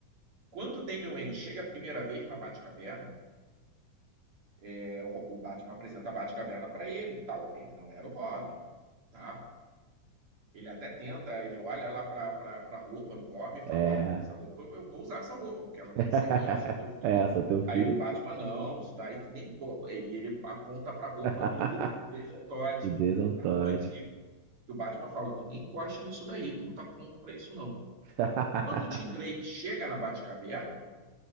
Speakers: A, on the right; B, on the right.
A: Quando o Damian Wayne chega a primeira vez na Batcaverna, é, o, o Batman apresenta a Batcaverna para ele, tal. Ele não era o Robin, tá? Ele até tenta, ele olha lá para a roupa do Robin e
B: É,
A: fala: Ó, essa roupa eu, vou usar essa roupa, porque ela tem
B: <laughs>
A: que ser minha, eu sou teu filho.
B: É, sou teu filho.
A: Aí o Batman, não, isso daí tu nem. Ele, ele aponta para a roupa
B: <laughs>
A: do Jason Todd,
B: O Jason
A: da
B: Todd.
A: roupa antiga. E o Batman fala: tu nem encosta nisso daí, tu não tá pronto para isso não.
B: <laughs>
A: Quando o Tim Drake chega na Batcaverna